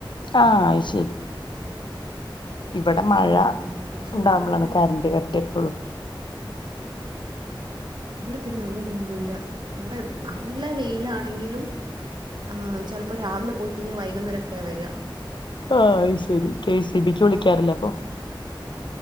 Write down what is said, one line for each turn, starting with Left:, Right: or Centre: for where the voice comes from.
Left: ആ അയ്ശരി ഇവടെ മഴ
Right: ഉം ചൂട്
Left: ഇണ്ടാവുമ്പളാണ്
Right: വരുമ്പോൾ
Left: കര്ന്റ് കട്ട് എപ്പഴും
Right: ഇവടെ പിന്നെ അങ്ങനെയൊന്നുല്ല ഇവടെ നല്ല വെയിലാണെങ്കിലും ആ ചെൽപ്പോ രാവിലെ പോയി കഴിഞ്ഞാ വൈകുന്നരെക്കെ വര
Left: ആ അത് ശരി കെ സി ബിക്ക് വിളിക്കാറില്ല അപ്പൊ